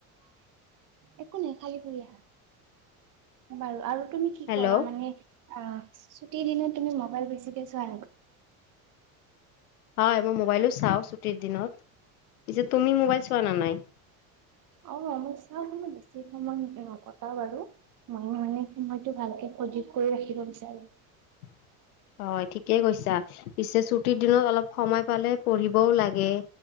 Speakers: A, on the right; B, on the left.
A: একো নাই খালী ঘূৰি আহা বাৰু আৰু তুমি কি
B: হেল্ল'
A: কৰা মানে অ ছুটিৰ দিনত তুমি ম ম'বাইল বেছিকে ছোৱা নেকি
B: হয় মই মোবাইলো চাও ছুটিৰ দিনত পিছে তুমি মোবাইল চোৱা নে নাই।
A: অ ম‌ই চাও মানে বেছি সময় নকটাও বাৰু মনে মনে সময়তটো ভালকে অজীক কৰি ৰাখিব বিচাৰো
B: উ হয় ঠিকে কৈছা পিছে ছুটিৰ দিনত অলপ সময় পালে পঢ়িবও লাগে।